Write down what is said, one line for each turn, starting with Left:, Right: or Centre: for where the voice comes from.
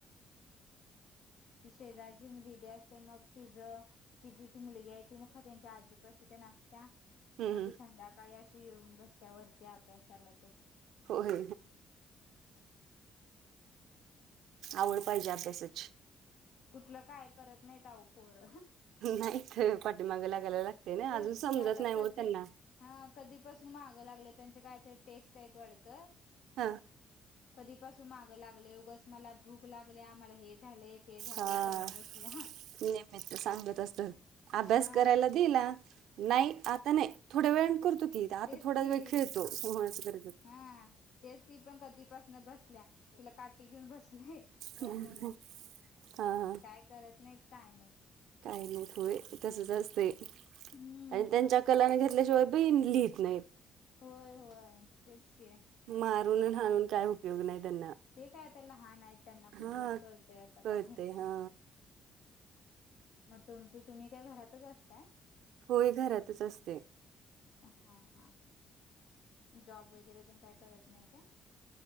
Left: ती शेजची दिीदी असते मग तिच ति जी ती मुलगी आहे ती मग ख त्यांच्या आजीपास त्या नासत्या
Right: हम्म
Left: मगध्ये
Right: हम्म
Left: संध्याकाळी अशी येऊन बसत वरती अभ्यासाला ते
Right: हो हो आवड पाहिजे अभ्यासाची
Left: कुठलं काय करत नाही उपोर
Right: नाहीत पाठीमागं लागायला लागते ना
Left: तेच
Right: अजून
Left: की
Right: समजत
Left: आता
Right: नाही
Left: कधी
Right: म त्यांना
Left: हा कधीपासून महागं लागलं त्यांचे कायतरी टेस्ट आहेत वाढतं
Right: हा
Left: कधीपसून माग लागलंय उगच मला भूक लागले आम्हाला हे झालंय ते झालंय
Right: हा
Left: करत बसल्या
Right: निमित सांगत असत अभ्यास
Left: हा
Right: करायला दिला नाही आता नाही थोड्या वेळ
Left: ते
Right: करतो की आता
Left: तेच
Right: थोडा
Left: की
Right: वेळ खेळतो सोहण्याच गरजचं
Left: हा तेच ती पण कधीपासन बसल्या तिला काठी घेऊन बसली तर
Right: हा
Left: म्हणून
Right: हा
Left: काय करत नाहीत काय नाहीत
Right: काही नाही य तसच असते
Left: हम्म
Right: आणि त्यांच्या कलाने घेतल्याशिवाय बा लिहित नाही
Left: होय होय तेच की
Right: मारून हणून काय उपयोग नाही त्यांना
Left: ते कायता लहान आहेत त्यांना कुठला
Right: हा
Left: कळतंय आता
Right: कळते
Left: काय
Right: हा
Left: मग तुमची तुम्ही काय घरातच असताय
Right: होय घरातच असते
Left: हा हा जॉब वगैरे ते काय करत नाही का